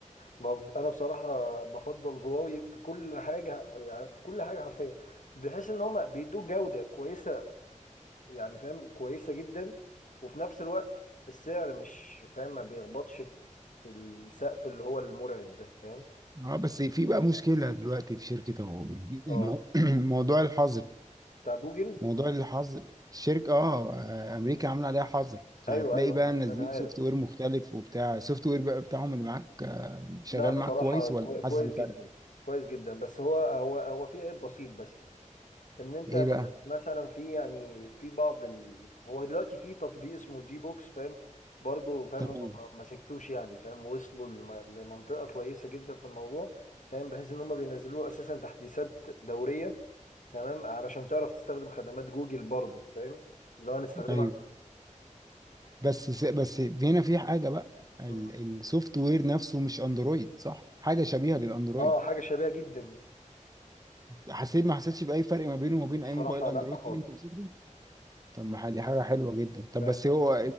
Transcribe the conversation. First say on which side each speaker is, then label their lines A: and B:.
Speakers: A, on the left; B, on the right.
A: برض- انا بصراحه بفضل هواوي في كل حاجه يعني في كل حاجه حرفيا بحيث ان هم بيدوك جوده كويسه يعني فاهم كويسه جدا وفي نفس الوقت السعر مش فاهم ما بيخبطش في السقف اللي هو المرعب ده فاهم
B: اه بس في بقى مشكلة دلوقتي في شركة أهو.
A: اه
B: المو... <clears throat> موضوع الحظر
A: بتاع جوجل
B: موضوع الحظر الشركة اه آه، أمريكا عاملة عليها حظر فهتلاقي
A: ايوه ايوه
B: بقى
A: ما
B: نازلين
A: ما انا عارف
B: سوفت وير مختلف وبتاع السوفت وير بقى بتاعهم اللي معاك آه، شغال
A: لا بصراحه
B: معاك كويس
A: كوي-
B: ولا
A: كويس
B: حاسس بفرق؟
A: جدا كويس جدا بس هو هو هو في عيب بسيط بس ان انت
B: ايه
A: مثلا
B: بقى؟
A: مثلا في يعني في بعض ال... هو دلوقتي في تطبيق اسمه جي بوكس فاهم برضه فاهم
B: تمام
A: هم ما ما سكتوش يعني فاهم وصلوا لم... لمنطقة كويسة جدا في الموضوع فاهم بحيث ان هم بينزلوا له اساسا تحديثات دورية تمام علشان تعرف تستخدم خدمات جوجل برضه فاهم اللي هو نستخدمها
B: ايوه بس س- بس هنا في حاجه بقى السوفت
A: مم.
B: وير نفسه مش اندرويد صح حاجه شبيهه للاندرويد
A: اه حاجة شبيهة جدا
B: حسيت ما حسيتش باي فرق ما بينه وما بين
A: بصراحة
B: اي موبايل اندرويد
A: لا خالص
B: تاني انت بتستخدمه طب ما دي حاجه حلوه جدا طب
A: فاهم
B: بس هو
A: يعني